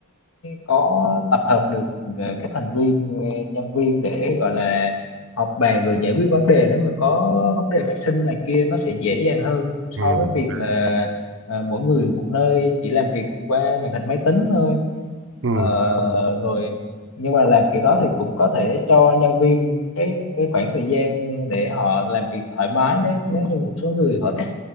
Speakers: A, on the left; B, on the right.
A: có tập hợp được ờ, các thành viên ờ, nhân viên để gọi là họp bàn rồi giải quyết vấn đề nếu mà có vấn đề phát sinh này kia nó sẽ dễ dàng hơn so
B: Ừ.
A: với việc
B: Đấy.
A: là ờ, mỗi người một nơi chỉ làm việc qua màn hình máy tính thôi
B: Ừ.
A: Ờ, rồi nhưng mà làm kiểu đó thì cũng có thể cho nhân viên cái cái khoảng thời gian để họ làm việc thoải mái nếu nếu như một số người họ thích